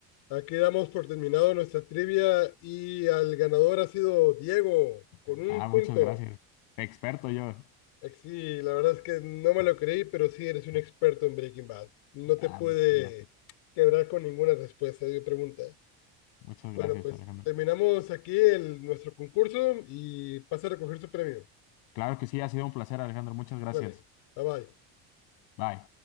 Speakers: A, on the left; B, on the left.
A: aquí damos por terminado nuestra trivia y al ganador ha sido Diego con un
B: Ah, muchas
A: punto.
B: gracias. Experto yo.
A: Eh, Sí, la verdad es que no me lo creí, pero sí eres un experto en Breaking Bad. No
B: Ah,
A: te pude
B: muchas gracias.
A: quebrar con ninguna respuesta de mi pregunta.
B: Muchas gracias,
A: Bueno, pues
B: Alejandro.
A: terminamos aquí el, nuestro concurso y pasa a recoger su premio.
B: Claro que sí, ha sido un placer, Alejandro. Muchas gracias.
A: Dale, bye bye.
B: Bye.